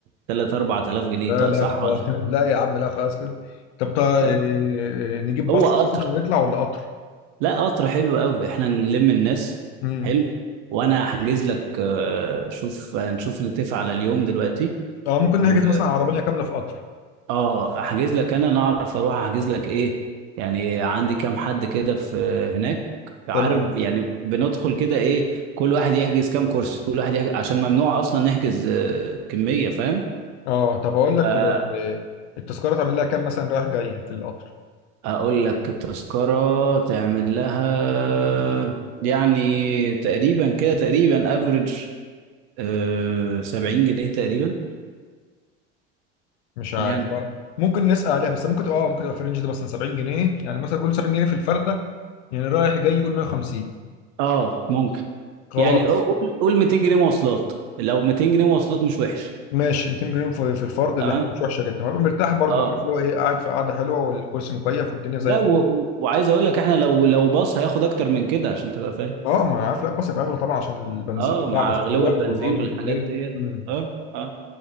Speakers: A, on the right; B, on the left.
A: 3 4000 جنيه
B: لا
A: طيب
B: لا
A: صح
B: خلاص
A: ولا؟
B: <laughs> لا يا عم لا خلاص كده طب تا...
A: آه.
B: إيه... نجيب
A: هو
B: باص
A: قطر
B: مثلا ونطلع ولا قطر
A: لا قطر حلو قوي احنا نلم الناس
B: امم
A: حلو وانا هحجز لك آه، شوف نشوف نتفق على اليوم دلوقتي
B: اه ممكن
A: و
B: نحجز مثلا عربيه كامله في قطر
A: اه احجز لك انا نعرف اروح احجز لك ايه يعني عندي كام حد كده في هناك عارف
B: تمام
A: يعني بندخل كده ايه كل واحد يحجز كام كرسي كل واحد يحجز عشان ممنوع اصلا نحجز آه، كمية فاهم
B: اه طب هقول لك
A: آه،
B: هو ال- التذكره تعمل لها كام مثلا رايح جاي في القطر
A: اقول لك التذكرة تعمل لها يعني تقريبا كده تقريبا افريج أه 70 جنيه تقريبا
B: مش عارف
A: يعني
B: ممكن نسأل عليها بس ممكن تبقى اه ممكن تبقى في الرينج ده مثلا 70 جنيه يعني مثلا قول 70 جنيه في الفردة يعني رايح جاي قول 150
A: اه ممكن
B: خلاص
A: يعني قول قول 200 جنيه مواصلات لو 200 جنيه مواصلات مش وحش
B: ماشي 200 جنيه في في الفرد
A: تمام
B: ده حاجة مش وحشة جدا وهبقى مرتاح برضه
A: اه
B: عارف اللي هو ايه قاعد في قعدة حلوة والكرسي مكيف والدنيا زي
A: لا
B: الفل
A: و... و- وعايز اقول لك احنا لو لو باص هياخد اكتر من كده عشان تبقى فاهم
B: اه ما عارف لا بصرف اغلى طبعا عشان البنزين
A: اه
B: وتعب
A: مع
B: السواق
A: غلو البنزين
B: والراجل
A: والحاجات
B: والليل
A: ديت
B: مم.
A: اه اه